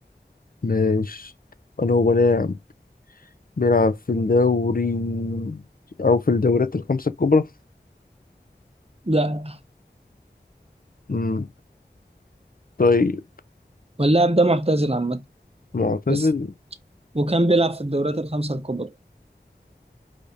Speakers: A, on the left; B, on the right.
A: ماشي أنا هو بلاعب بيلعب في الدوري أو في الدوريات الخمسة الكبرى
B: لا
A: مم. طيب
B: واللاعب ده معتزل عامة
A: معتزل
B: بس وكان بيلعب في الدوريات الخمسة الكبرى